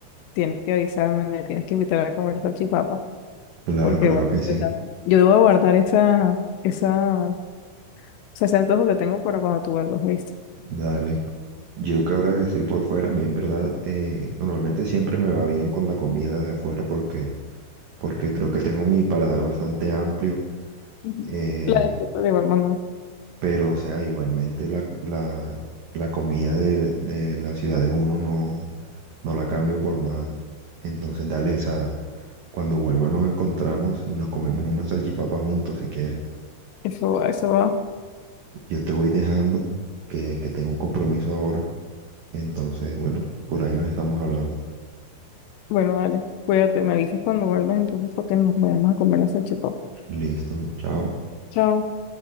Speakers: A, on the left; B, on the right.
A: tienes que avisarme, me tienes que invitar a comer salchipapa,
B: claro,
A: porque
B: claro
A: bueno,
B: que sí.
A: yo también. Yo debo guardar esa, esa, o sea, ese antojo que tengo para cuando tú vuelvas, ¿viste?
B: Dale. Yo que ahora que estoy por fuera, a mí en verdad eh, normalmente siempre me va bien con la comida de afuera porque, porque creo que tengo mi paladar bastante amplio,
A: Ujú.
B: eh,
A: La disfruto de igual manera.
B: pero o sea, igualmente la, la, la comida de, de la ciudad de uno no, no la cambio por nada. Entonces dale, o sea, cuando vuelva nos encontramos y nos comemos una salchipapa juntos si quieres.
A: Eso va, eso va.
B: Yo te voy dejando que, que tengo un compromiso ahora, entonces bueno, por ahí nos estamos hablando.
A: Bueno, dale, cuídate, me avisas cuando vuelvas entonces porque nos vayamos a comer la salchipapa.
B: Listo, chao.
A: Chao.